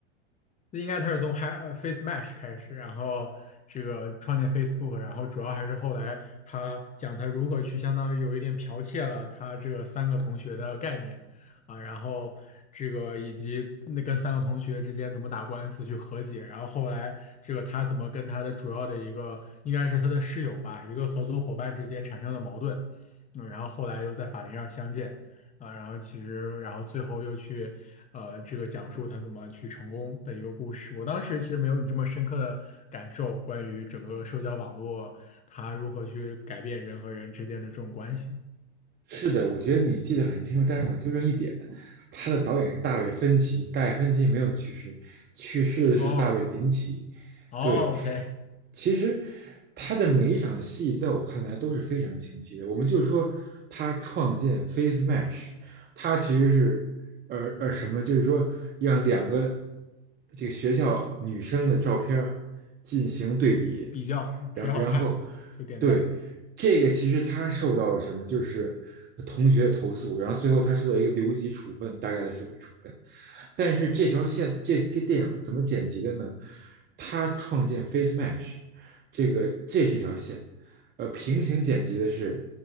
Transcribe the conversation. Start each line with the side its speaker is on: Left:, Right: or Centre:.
Left: 应该他是从 h Face Mesh 开始，然后这个创建 Facebook，然后主要还是后来他讲他如何去相当于有一点剽窃了他这个三个同学的概念。啊，然后这个以及那跟三个同学之间怎么打官司去和解，然后后来这个他怎么跟他的主要的一个应该是他的室友吧，一个合作伙伴之间产生了矛盾，嗯，然后后来又在法庭上相见，啊，然后其实然后最后又去呃这个讲述他怎么去成功的一个故事。我当时其实没有你这么深刻的感受，关于整个社交网络它如何去改变人和人之间的这种关系。
Right: 是的，我觉得你记得很清楚，但是我纠正一点，他的导演是大卫芬奇，大卫芬奇没有去世，去世的是大卫林奇。
Left: 哦哦，OK。
Right: 对，其实他的每一场戏，在我看来都是非常清晰的。我们就说他创建 Face Mesh，他其实是呃呃什么，就是说让两个这个学校女生的照片进行对比，
Left: 比较谁好看就点赞。
Right: 然然后，对这个其实他受到了什么，就是同学投诉，然后最后他受到一个留级处分，大概的这么处分。但是这条线，这这电影怎么剪辑的呢？他创建 Face Mesh，这个这是一条线，呃，平行剪辑的是